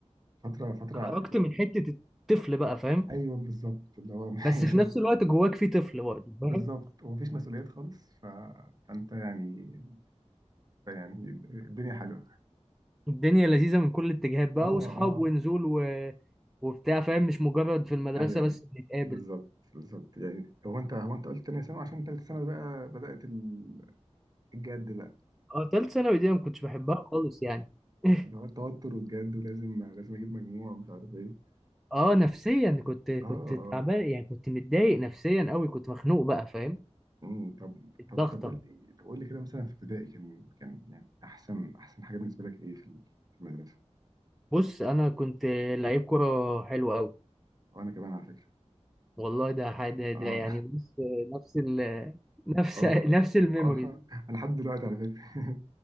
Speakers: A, on the right; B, in the centre.
A: فترة فترة
B: خرجت من حتة الطفل بقى فاهم
A: ايوه بالظبط اللي هو <laughs> اللي
B: بس في نفس
A: هو-
B: الوقت جواك في طفل برضه فاهم
A: بالظبط ومفيش مسؤوليات خالص ف... فانت يعني يعني الدنيا حلوة
B: الدنيا لذيذة من كل الاتجاهات بقى
A: اه
B: وصحاب
A: اه
B: ونزول و... وبتاع فاهم مش مجرد في المدرسة
A: ايوه
B: بس بنتقابل
A: بالظبط بالظبط يعني هو انت هو انت قلت تانية ثانوي عشان تالتة ثانوي بقى بدأت ال- الجد بقى
B: اه تالت ثانوي دي انا ما كنتش بحبها خالص يعني <laughs>
A: اه اللي هو التوتر والجد ولازم لازم اجيب مجموع مش عارف ايه
B: اه نفسيا كنت كنت
A: اه
B: تعبان
A: اه
B: يعني كنت متضايق نفسيا قوي كنت مخنوق بقى فاهم
A: امم طب
B: الضغطة
A: طب طب قول لي طب قول لي كده مثلا في ابتدائي كان كان يعني احسن احسن حاجه بالنسبه لك ايه في ال- في المدرسه
B: بص انا كنت لعيب كرة حلو قوي
A: وانا كمان على فكره
B: والله ده حاجة ده
A: اه
B: يعني بص نفس ال <laughs> نفس
A: <laughs> اه
B: نفس الميموريز
A: اه أنا لحد دلوقتي على فكره